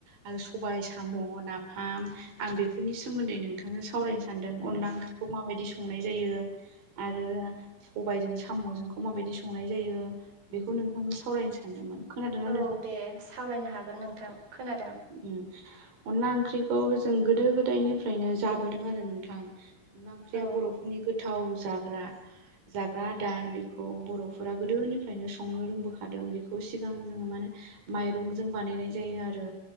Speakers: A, on the right; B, on the right.
A: आरो सबाय साम' नाफाम आं बेफोरनि सोमोन्दै नोंथांजों सावरायनो सानदों अनला ओंखि् खौ माबायदि संनाय जायो। आरो सबायजों साम'जोंखौ माबायदि संनाय जायो। बेखौ नोंथांनो सावरायनो सानदोंमोन। खोनादों ना
B: औ
A: नोंथां।
B: दे सावरायनो हागोन नोंथां खोनादों।
A: उम अनला ओंख्रिखौ जों गोदो गोदायनिफ्रायनो जाबोदों आरो नोंथां। अनला ओंख्रिया
B: औ
A: बर'फोरनि गोथाव जाग्रा। जाग्रा आ दार बेखौ बरफोरा गोदोनिफ्रायनो संनो रोंबोखादों बेखौ सिगां जोङो मा होने। माइरंजों बानायनाय जायो आरो